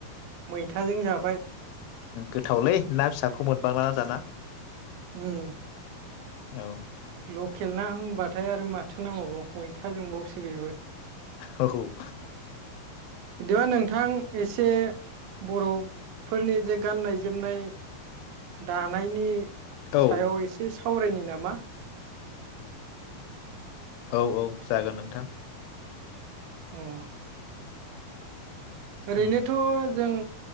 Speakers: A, on the right; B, on the left.
A: मैथाजों जाबाय।
B: गोथावलै ना फिसाखौ मोनबांलाना दाना।
A: उम
B: औ
A: लकेल ना होनबाथाय आरो माथो नांबावगौ मैथाजोंबावसो बेबो।
B: औ
A: बिदिबा नोंथां एसे बर'फोरनि जे गाननाय जोमनाय दानायनि
B: औ
A: सायाव एसे सा सावरायनि नामा?
B: औ औ जागोन नोंथां।
A: औ <unintelligible> ओरैनोथ'
B: उम
A: जों